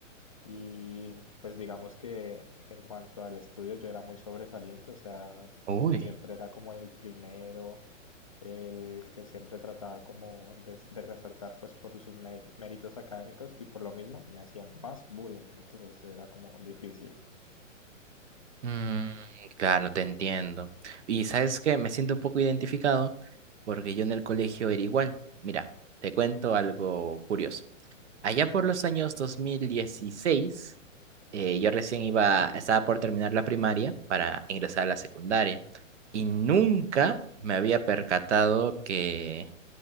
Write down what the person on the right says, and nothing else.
uy.
Mm, claro, te entiendo. Y ¿sabes qué? Me siento un poco identificado porque yo en el colegio era igual. Mira, te cuento algo curioso. Allá por los años 2016, eh, yo recién iba, estaba por terminar la primaria para ingresar a la secundaria y nunca me había percatado que